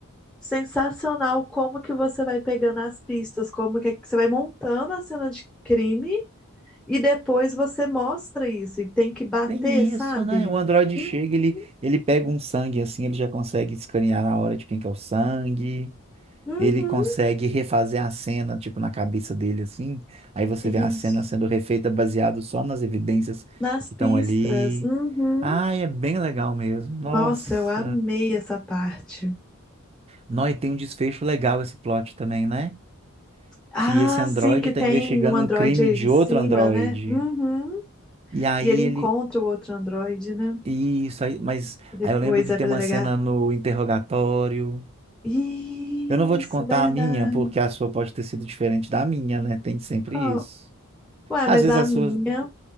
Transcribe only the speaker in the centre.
sensacional, como que você vai pegando as pistas, como que é que você vai montando a cena de crime e depois você mostra isso e tem que bater,
sabe?
Uhum.
Uhum.
Isso.
Nas
pistas.
Uhum.
Nossa, eu amei essa parte.
Ah,
sim, que
tem
um androide
aí
em cima,
né? Uhum.
E ele encontra
o outro androide, né?
E
depois
vai
pra
delegacia.
Isso,
verdade.
Qual?
Ué,
mas
a
minha,